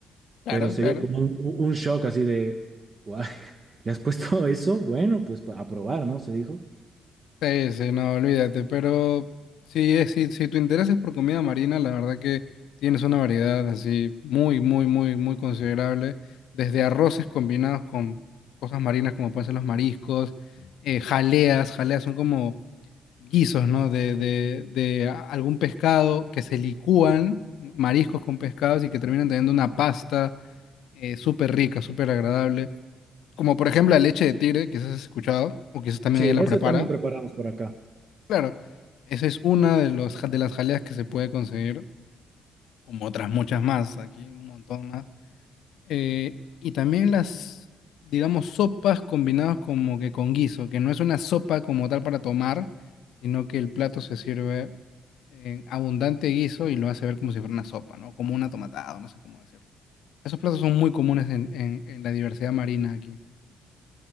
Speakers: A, on the left (about 80°); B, on the right (about 40°).
A: Claro,
B: Pero sería
A: claro.
B: como un, un shock así de, guay, <laughs> ¿le has puesto <laughs> eso? Bueno, pues pa- a probar, ¿no? Se dijo.
A: Sí, sí, no, olvídate, pero sí, es- si, si tu interés es por comida marina, la verdad que tienes una variedad así muy, muy, muy, muy considerable, desde arroces combinados con cosas marinas como pueden ser los mariscos, eh, jaleas, jaleas son como guisos, ¿no? De, de, de a- algún pescado que se licúan, mariscos con pescados y que terminan teniendo una pasta eh, súper rica, súper agradable, como por ejemplo la leche de tigre, quizás has escuchado, o quizás también
B: Sí,
A: ella la
B: eso
A: prepara.
B: también preparamos por acá.
A: Claro, esa es una de los, ja- de las jaleas que se puede conseguir, como otras muchas más, aquí un montón más. Eh, y también las, digamos, sopas combinadas como que con guiso, que no es una sopa como tal para tomar, sino que el plato se sirve en abundante guiso y lo hace ver como si fuera una sopa, ¿no? Como una tomatada, no sé cómo decirlo. Esos platos son muy comunes en, en en la diversidad marina aquí.